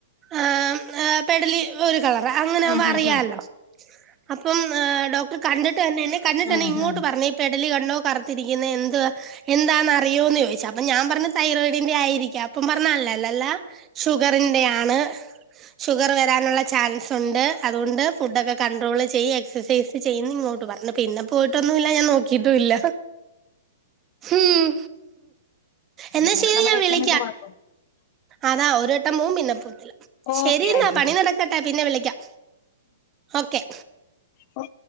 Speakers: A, on the right; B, on the left.
A: ആം ആ പെടലി ഒരു കളറ് അങ്ങനെ ആവ്മ്പൊ
B: ആഹ്
A: അറിയാലോ
B: ആഹ്
A: അപ്പം ഹ് ഡോക്ടർ കണ്ടിട്ട് ന്നെ എന്നെ കണ്ടിട്ടെന്നെഇങ്ങോട്ട്
B: ആഹ് ആഹ് ആഹ്
A: പറഞ്ഞെ പെടലി കണ്ടോ കറുത്തിരിക്കുന്നേ എന്ത് എന്താന്നറിയോ എന്ന് ചോദിച്ചാ അപ്പൊ ഞാൻ പറഞ്ഞ തൈറോയിഡിന്റെറെ ആയിരി ക്കാപ്പം പറഞ്ഞ് അല്ലല്ലാ ഷുഗറിന്റെയാണ്. ഷുഗർ വരാനുള്ള ചാൻസ് ഉണ്ട് അതുകൊണ്ട് ഫുഡൊക്കെ കണ്ട്രോൾ ചെയ്യ് എക്സസൈസ് ചെയ്യുന്നിങ്ങോട്ട് പറഞ്ഞു പിന്നെ പോയിട്ടൊന്നുല്ല ഞാൻ നോക്കിട്ടുല്ല. ഹും എന്നാ
B: അതാണ്
A: ശെരിഞാൻ
B: നമ്മുടെ ഏറ്റവും
A: വിളി
B: വലിയ കുഴപ്പം
A: അതാ ഒരു വട്ടം മൂ പിന്നെ
B: ഓക്കെ
A: ശരി ന്നാ
B: ആയിക്കോട്ടെ
A: പണി നടക് ക്കട്ടെ പിന്നെ വിളിക്കാം ഓക്കെ
B: അ